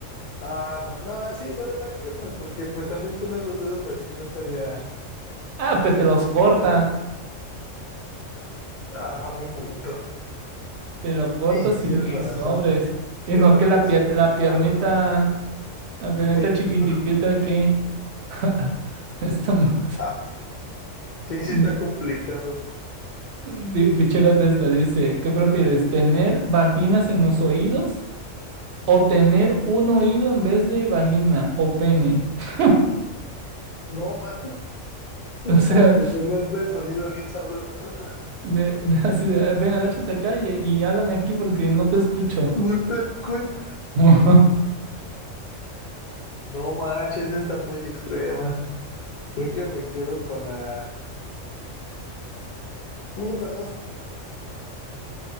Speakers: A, on the left; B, on the right.
A: Ah, no, no, sí, lo de las piernas, porque pues también tener los dedos así no estaría,
B: Ah,
A: estaría
B: pues te los
A: complicado.
B: cortas,
A: Ah, buen punto.
B: te lo cortas
A: y tienes
B: y, y
A: razón.
B: sobres. Y
A: las
B: no
A: mochas
B: que la pier-
A: y ya,
B: la piernita,
A: vámonos.
B: la piernita
A: Sí,
B: chiquititita
A: pues no.
B: que... <laughs> está ma-
A: Ah, sí, sí
B: di-
A: está complicado.
B: di- Pinche gata esta dice, ¿qué prefieres? ¿Tener vaginas en los oídos? O tener un oído en vez de vagina o pene. <laughs>
A: No, más
B: O sea,
A: para que penetre el sonido bien sabroso, ¿no?
B: de, de- así de, "Ah, ven, agáchate acá y, y háblame aquí porque no te escucho.
A: No te escucho.
B: <laughs>
A: No manches, esa está muy extrema. Creo que me quedo con la puta, no sé.